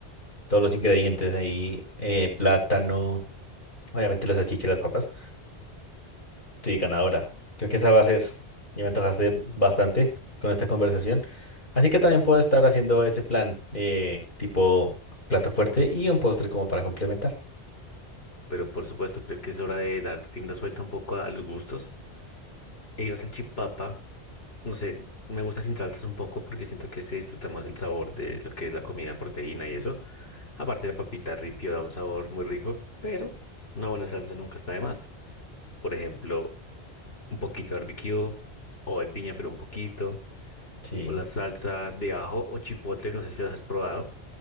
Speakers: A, on the left (about 50°); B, on the left (about 65°).
A: todos los ingredientes ahí, eh, plátano, obviamente la salchicha y las papas. Sí, ganadora. Creo que esa va a ser. Ya me antojaste bastante con esta conversación. Así que también puedo estar haciendo ese plan eh, tipo plato fuerte y un postre como para complementar.
B: Pero por supuesto creo que es hora de dar rienda suelta un poco a los gustos. Y una salchipapa, no sé, me gusta sin salsas un poco porque siento que se disfruta más el sabor de lo que es la comida, proteína y eso. Aparte, la papita ripio da un sabor muy rico, pero una buena salsa nunca está de más. Por ejemplo, un poquito de barbecue o de piña, pero un poquito.
A: Sí.
B: O la salsa de ajo o chipotle, no sé si las has probado,